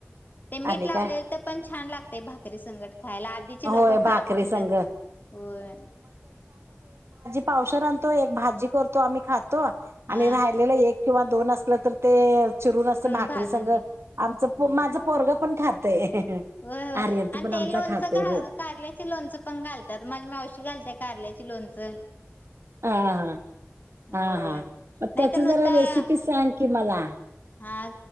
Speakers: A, on the left (about 45°); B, on the right (about 80°).
A: ते मीठ
B: आणि
A: लावले
B: काय
A: तर पण छान लागतेय भाकरी संगट खायला आधीची
B: होय
A: लोक
B: भाकरी
A: खात होती
B: संघ
A: तर ‌होय-
B: पावसेर आणतो एक भाजी करतो आम्ही खा- तो
A: हा
B: आणि राहिलेला एक- किंवा दोन असलं तर? ते अं- चिरून असं भाकरी
A: भाजून
B: संग
A: घे
B: आमच
A: होय
B: माझ पोरगं - पण खातय.
A: होय हो
B: आर्यंत
A: आणि
B: पण
A: ते
B: आमचा
A: लोणचं
B: खातोय
A: घा
B: हो
A: कारल्याची लोणचं पण घालतात. माझी मावशी घालत्या कारल्याची लोण -- च.
B: हा हा
A: होय
B: हा हा मग
A: नाहीतर
B: त्याच
A: नुसता
B: जरा रेसिपी सांग की मला
A: हा